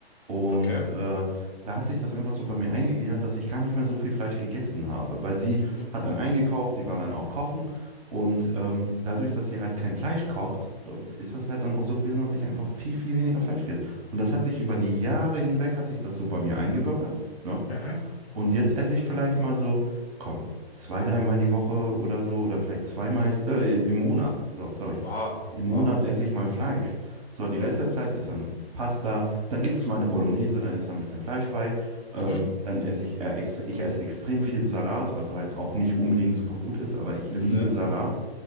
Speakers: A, on the right (about 35°); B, on the left (about 65°).
A: Und
B: Okay.
A: äh, da hat sich das einfach so bei mir eingegliedert, dass ich gar nicht mehr so viel Fleisch gegessen habe, weil sie
B: Mhm.
A: hat dann eingekauft, sie war dann auch kochen. Und ähm, dadurch, dass sie halt kein Fleisch kocht, äh, ist das halt dann auch so gewesen, dass ich einfach viel, viel weniger Fleisch gegessen. Und das hat sich über die Jahre hinweg, hat sich das so bei mir eingebürgert, ne?
B: Aha.
A: Und jetzt esse ich vielleicht mal so, komm, zwei, dreimal die Woche oder so, oder vielleicht zweimal,
B: Mhm.
A: äh, im Monat, so, sorry.
B: Oha,
A: Im
B: oha.
A: Monat esse ich mal Fleisch. So, und die Rest der Zeit ist dann Pasta, dann gibt es mal eine Bolognese, dann ist da ein bisschen Fleisch bei. Ähm,
B: Mhm.
A: dann esse ich, äh, extre ich esse extrem viel Salat, was halt auch nicht unbedingt super gut ist, aber ich liebe
B: Ne, äh,
A: Salat.